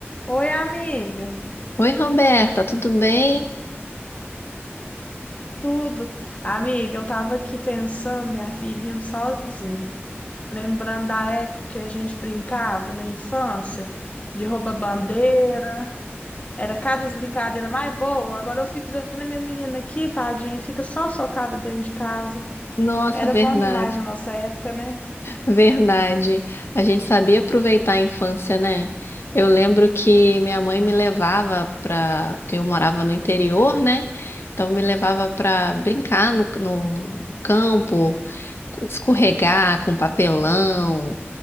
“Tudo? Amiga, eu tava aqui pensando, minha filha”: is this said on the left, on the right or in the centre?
Left